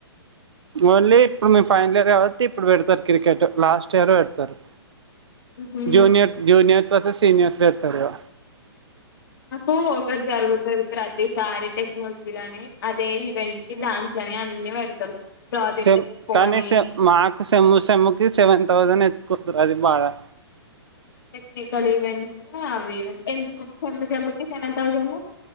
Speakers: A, on the right; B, on the left.
A: ఓన్లీ ఇప్పుడు మీ ఫైనల్ ఇయర్ కాబట్టి ఇప్పుడు పెడతారు క్రికెట్ లాస్ట్ ఇయర్ పెడతారు
B: మ్మ్
A: జూనియర్ జూనియర్ తర్వాత సీనియర్స్లు పెడతారు ఇగ
B: నాకు ఒక జరుగుతది ప్రతిసారి టెక్నాలజీ ని అదే ఈవెంట్ కి డ్యాన్స్ లని అన్ని పెడతారు ప్రాజెక్ట్
A: సేమ్
B: ఎక్స్పో
A: కానీ
B: అని
A: మాకు సమ్ సమ్కి సెవెన్ థౌసండ్ కుతురాది బాగా
B: టెక్నికల్ ఈవెంట్స్వి ఎందుకు సెమ్ము సెమ్ము కి సెవెన్ థౌజండ్